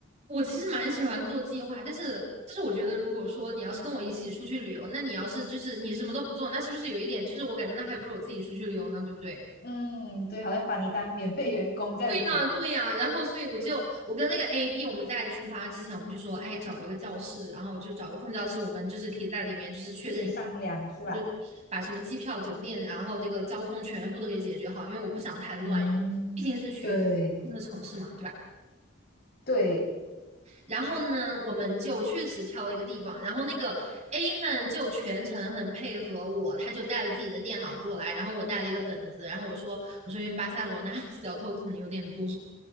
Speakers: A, on the right; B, on the left.
A: 我其实蛮喜欢做计划，但是但是我觉得如果说你要是跟我一起出去旅游，那你要是就是你什么都不做，那是不是有一点就是我感觉那还不如我自己出去旅游呢，对不对？
B: 嗯，对，好像把你当免费员工这样子，
A: 对呀，对呀，然后所以我就我跟那个 A B，我们在出发之前，我们就说，哎，找一个教室，然后就找个空教室，我们就是可以在里面就是确认一下
B: 一起商量是吧？
A: 就是把什么机票、酒店，然后这个交通全部都给解决好，因为我不想太乱，
B: 嗯，
A: 毕竟是去一个新的城市嘛，
B: 对
A: 对吧？
B: 对。
A: 然后呢，我们就确实挑了一个地方，然后那个 A 呢就全程很配合我，他就带了自己的电脑过来，然后我带了一个本子，然后我说我说因为巴塞罗那 <laughs> 小偷可能有点多。